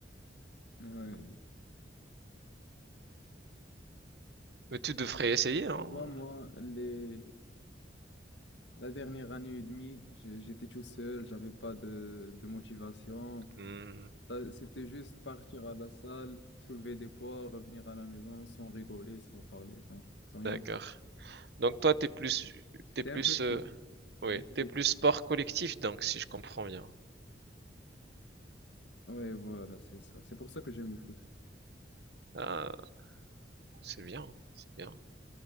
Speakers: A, on the left (about 75°); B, on the right (about 60°).
A: Ouais.
B: Mais tu devrais essayer,
A: Mais tu
B: hein.
A: vois, moi, les... la dernière année et demie, j'ai- j'étais tout seul, j'avais pas de, de motivation.
B: Hmm,
A: Ça, c'était juste partir à la salle, soulever des poids, revenir à la maison sans rigoler, sans parler, sans, sans rien
B: d'accord.
A: du tout.
B: Donc toi, t'es plus,
A: C'était
B: t'es plus,
A: un peu triste.
B: euh, oui,
A: On peut
B: t'es
A: dire.
B: plus sport collectif, donc si je comprends bien.
A: Ouais, voilà, c'est ça. C'est pour ça que j'aime le foot.
B: Ah, c'est bien, c'est bien.